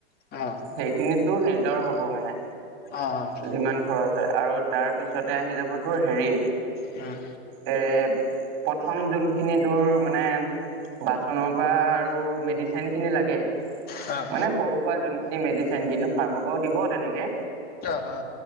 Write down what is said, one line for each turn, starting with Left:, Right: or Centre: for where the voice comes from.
Left: অ'।
Right: সেইখিনিতোৰ নিজৰ হ'ব মানে
Left: অ', অ'।
Right: যিমান খৰচ হয় আৰু তাৰ পিছতে আহি যাবতোৰ হেৰি
Left: উম।
Right: এ প্ৰথম যোনখিনি তোৰ মানে বাচনৰ পৰা আৰু মেডিচিনখিনি লাগে।
Left: আ
Right: মানে সৰু - সুৰা যোনখিনি মেডিচিন কিন্তু ফাৰ্মৰ পৰাও দিব তেনেকে
Left: অ অ